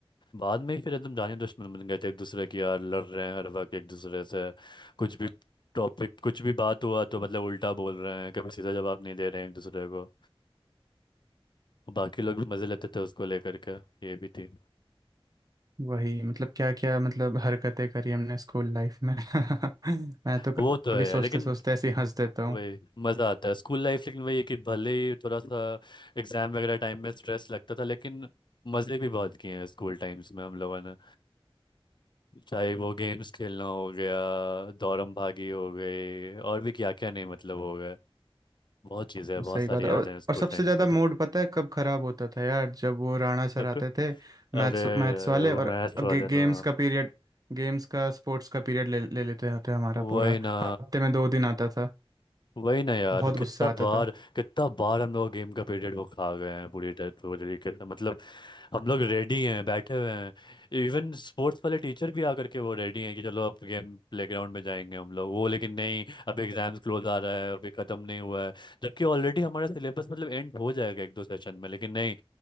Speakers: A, on the left; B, on the right.
A: बाद में ही फिर एकदम जाने दुश्मन बन गए थे एक दूसरे की यार लड़ रहे हैं हर वक्त एक दूसरे से कुछ भी टॉपिक कुछ भी बात हुआ तो मतलब उल्टा बोल रहे हैं कभी सीधा जवाब नहीं दे रहे हैं एक दूसरे को बाकी लोग भी मजे लेते थे उसको लेकर के ये भी थी
B: वही मतलब क्या क्या मतलब हरकतें करी हमने स्कूल लाइफ में <laughs> मैं तो
A: वो
B: कभी
A: तो है
B: सोचते
A: यार लेकिन
B: सोचते ऐसे ही हंस देता हूँ
A: वही मज़ा आता है स्कूल लाइफ लेकिन वही है कि भले ही थोड़ा सा एग्जाम वगैरह टाइम में स्ट्रेस लगता था लेकिन मज़े भी बहुत किए हैं स्कूल टाइम्स में हम लोगों ने चाहे वो गेम्स खेलना हो गया दौड़म भागी हो गई और भी क्या क्या नहीं मतलब हो गया बहुत चीज़ें हैं
B: सही
A: बहुत सारी
B: बात है
A: यादें
B: और,
A: हैं स्कूल
B: और सबसे
A: टाइम्स
B: ज़्यादा
A: के तो
B: मूड पता है कब खराब होता था यार जब वो राणा सर
A: आपको
B: आते थे मैथ्स
A: अरे
B: मैथ्स वाले और
A: वो मैथ
B: गे,
A: वाले
B: गेम्स
A: ना
B: का पीरियड गेम्स का स्पोर्ट्स का पीरियड ले ले लेते थे हमारा
A: वही
B: पूरा
A: ना
B: हफ्ते में दो दिन आता था
A: वही ना यार
B: बहुत
A: कितना
B: गुस्सा आता
A: बार
B: था
A: कितना बार हम लोग गेम का पीरियड वो खा गए हैं पूरी टाइप पूरी तरीके से मतलब हम लोग रेडी हैं बैठे हुए हैं इवन स्पोर्ट्स वाले टीचर भी आकर के वो रेडी हैं कि चलो अब गेम प्लेग्राउंड में जाएंगे हम लोग वो लेकिन नहीं अब एग्जाम्स क्लोज आ रहा है अभी ख़त्म नहीं हुआ है जबकि ऑलरेडी हमारा सिलेबस मतलब एंड हो जाएगा एक दो सेशन में लेकिन नहीं